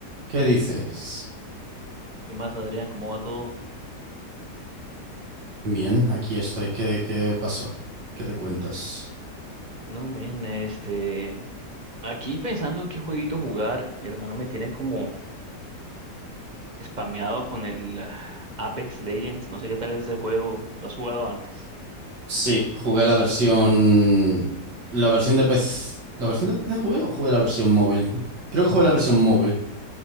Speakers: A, on the right (about 80°); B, on the right (about 35°).
A: ¿Qué dices?
B: ¿Qué más, Adrián? ¿Cómo va todo?
A: Bien, aquí estoy. ¿Qué, qué pasó? ¿Qué te cuentas?
B: No, men, este, aquí pensando en qué jueguito jugar, mi hermano me tiene como spameado con el ah, Apex Legends, no sé qué tal es ese juego, lo has jugado antes,
A: Sí, jugué la versión. La versión de PC. ¿La versión de PC jugué o jugué la versión móvil? Creo que jugué la versión móvil.